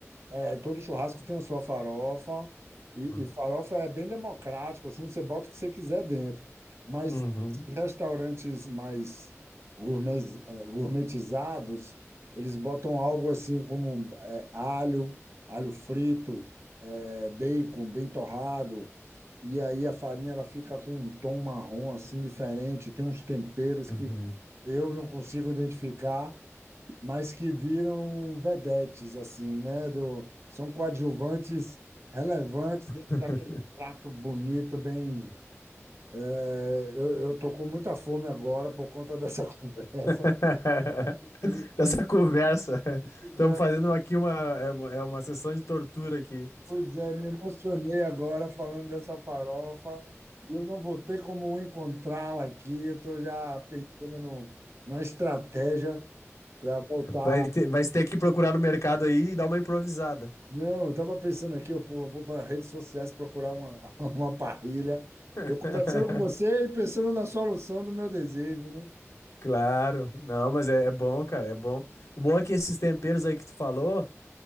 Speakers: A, on the right; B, on the left.
A: É, todo churrasco tem a sua farofa, e,
B: Hum.
A: e farofa é bem democrático, assim, você bota o que você quiser dentro. Mas
B: Uhum.
A: restaurantes mais gourmet- eh, gourmetizados, eles botam algo assim como eh, alho, alho frito, eh, bacon bem torrado, e aí a farinha ela fica com um tom marrom assim diferente, tem uns temperos
B: Uhum.
A: que eu não consigo identificar mas que viram vedetes, assim, né? Do, são coadjuvantes relevantes dentro
B: <laughs>
A: daquele prato bonito, bem. eh, eu, eu tô com muita fome agora por conta dessa <laughs> conversa.
B: <laughs>
A: E,
B: Dessa
A: e,
B: conversa.
A: pois
B: Estamos
A: é,
B: fazendo aqui uma, é uma, é uma sessão de tortura aqui.
A: pois é, me emocionei agora falando dessa farofa. Eu não vou ter como encontrá-la aqui. Eu Estou já pensando no, numa estratégia para voltar
B: Vai ter, vai ter que procurar no mercado aí e dar uma improvisada.
A: Não, eu tava pensando aqui, eu, porra, vou para redes sociais procurar uma, <laughs> uma parrilha.
B: <laughs>
A: Eu conversando com você e pensando na solução do meu desejo, né?
B: Claro, não, mas é, é bom, cara, é bom. O bom é que esses temperos aí que tu falou,